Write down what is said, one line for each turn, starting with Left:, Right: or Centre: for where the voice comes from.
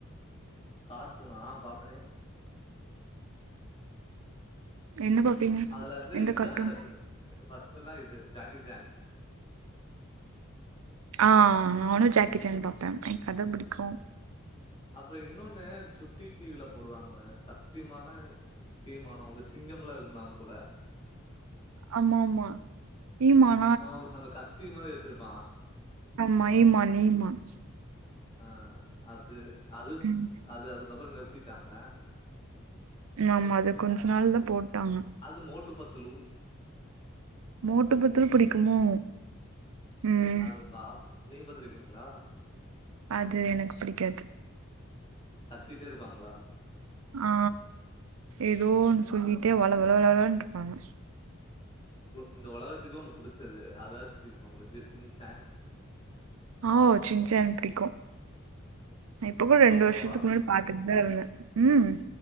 Left: கார்டூனா ஆ பாப்பனே
Right: என்ன பாப்பீங்க
Left: அதுல வந்து
Right: எந்த
Left: இத்தா
Right: கார்ட்டூன்
Left: எனக்கு ஃபஸ்ட்டு எல்லா இது ஜாக்கி ஜான்
Right: ஆ நானு ஜாக்கி ஜான் பாப்பே எனக்கு அதா புடிக்கு
Left: அப்றோ இன்னொன்னு சுட்டி டி வி ல போடுவாங்களே ச சக்திமானோ எதோ ஹீமானோ வந்து சிங்கம்லா இருக்கும்ல அவங்கூட
Right: ஆமா ஆமா ஹீமான்
Left: அவ அந்த கத்தி மாரி வெச்சுருப்பா
Right: ஆமா ஈமான் ஈமான்
Left: ஆ அது அது
Right: ம்
Left: அது அதுக்கப்றோ நிறுத்திட்டாங்க
Right: ஆமா அது கொஞ்ச நாள் தா போட்டாங்க
Left: அது மோட்டு பத்துலு
Right: மோட்டு பத்துலு புடிக்குமோ ம்
Left: அது பாப்பே நீங்க பாத்திருக்கிங்களா
Right: அது எனக்கு பிடிக்காது
Left: கத்திட்டே இருப்பாங்களா
Right: ஆ ஏதோ ஒன்னு சொல்லிட்டே வளவள வளலான்ட்டு இருப்பாங்க
Left: இந்த உலகத்துக்கு ஒண்ணு புடிச்சது அததாச்சு பிடிக்குமா உங்ளுக்கு சிங் சாங்
Right: ஓ சின் சான் புடிக்கு நா இப்ப கூட ரெண்டு
Left: ரொம்பவா
Right: வருஷத்துக்கு முன்னாடி பாத்துட்டு தா இருந்தே ம்